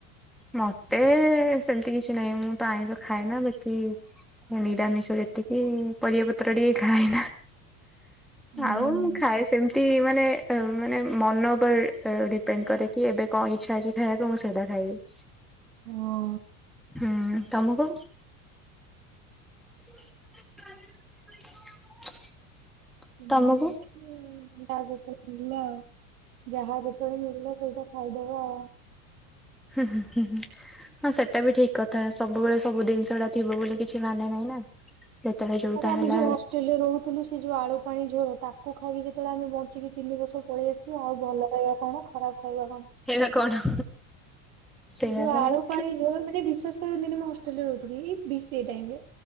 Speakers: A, in the centre; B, on the right (about 80°).
A: ମତେ ସେମିତି କିଛି ନାହିଁ ମୁଁ ତ ଆଇଁଶ ଖାଏ ନା ଵାକି ନିରାମିଷ ଯେତିକି ପରିବା ପତ୍ର ଟିକେ ଖାଏନା।
B: ହୁଁ
A: ଆଉ ମୁଁ ଖାଏ ସେମିତି ମାନେ ମାନେ ମନ ଉପରେ ଡିପେଣ୍ଡ କରେ କି ଏବେ କଣ ଇଚ୍ଛା ଅଛି ଖାଇବାକୁ ମୁଁ ସେଇଟା ଖାଇବି।
B: ହଁ।
A: ହୁଁ ତମୁକୁ? <inaudible>
B: <unintelligible> ଯାହା
A: ତମକୁ
B: ଯେତେବେଳେ ମିଳିଲା ଆଉ ଯାହା ଯେତେବେଳେ ମିଳିଲା ସେଇଟା ଖାଇଦବାଆଉ।
A: ହୁଁ ହୁଁ ହୁଁ ହୁଁ <unintelligible> ହଁ ସେଟା ବି ଠିକ କଥା ସବୁବେଳେ ସବୁ ଦିନିଷଟା ଥିବ ବୋଲି କିଛି ମାନେ ନାହିଁ ନା। ସେତେବେଳେ ଯୋଉଟା
B: ଆରେ ଆମେ
A: ହେଲା
B: ଜୋଉ ହଷ୍ଟେଲରେ ରୋହୁଥୁଲୁ ସେ ଯୋଉ ଆଳୁ ପାଣି ଝୋଳ ତାକୁ ଖାଇକି ଯେତେବେଳେ ଆମେ ବଞ୍ଚିକି ତିନି ବର୍ଷ ପଳେଇ ଆସିବି ଆଉ ଭଲ ଖାଇବା କଣ ଖରାପ ଖାଇବା କଣ।
A: ଏଵେ କଣ? ସେଇଆ
B: ସେ ଯୋଉ ଆଳୁ
A: ବା ହୁଁ
B: ପାଣି ଝୋଳ ମାନେ ବିଶ୍ୱାସ କରନ୍ତିିନି ମୁଁ ହଷ୍ଟେଲ ରେ ରହୁଥିଲି ବି ସେଇ ଟାଇମରେ